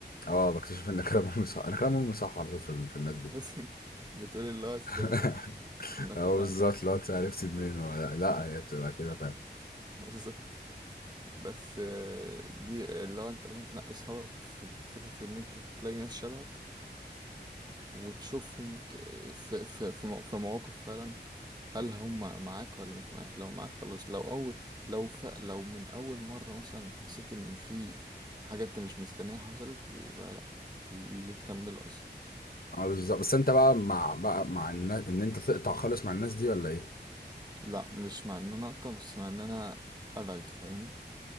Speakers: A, on the left; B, on the right.
A: اه بكتشف ان كلام امي صح انا كلام امي صح على طول في, ال- في الناس
B: بتحس
A: دي
B: إن- بتقول اللي هو ازاي
A: <laughs>
B: يعني كنا
A: اه
B: تمام
A: بالظبط لو انت عرفتي منين ولا لا هي بتبقى كده
B: <laughs> بالظبط بس آه، دي اللي هو انت لازم تنقي اصحابك في فكرة ان انت تلاقي ناس شبهك وتشوفهم ت- في في في مو- في مواقف فعلا هل هم معاك ولا مش معاك لو معاك خلاص لو اول لو ف لو من اول مرة مثلا حسيت ان في حاجة انت مش مستنيها حصلت يبقى لا ليه تكمل اصلا
A: اه بالظبط بس انت بقى مع بقى مع الناس ان انت تقطع خالص مع الناس دي ولا ايه؟
B: لا مش مع ان انا اقطع بس مع ان انا ابعد فاهمني